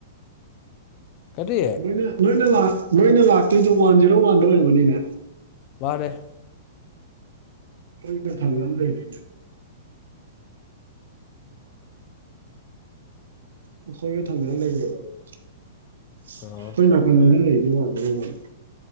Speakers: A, on the left; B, on the right.
A: ꯀꯔꯤ
B: ꯅꯣꯏꯅ ꯅꯣꯏꯅ ꯅꯣꯏꯅ ꯂꯥꯛꯇꯣꯏꯗꯣ ꯋꯥꯟ ꯖꯦꯔꯣ ꯋꯥꯟꯗ ꯑꯣꯏꯔꯝꯔꯕꯅꯤꯅꯦ
A: ꯃꯥꯅ
B: ꯃꯣꯏꯒ ꯊꯥꯡꯖꯝ ꯂꯩꯔꯤ ꯑꯩꯈꯣꯏꯒ ꯊꯪꯅꯅ ꯂꯩꯔꯦꯕ ꯑꯩꯈꯣꯏ
A: ꯑꯣ
B: ꯅꯥꯀꯟꯗꯅꯦ ꯂꯩꯔꯤꯁꯦ ꯋꯥꯡꯗꯕꯩ ꯋꯥꯅꯤ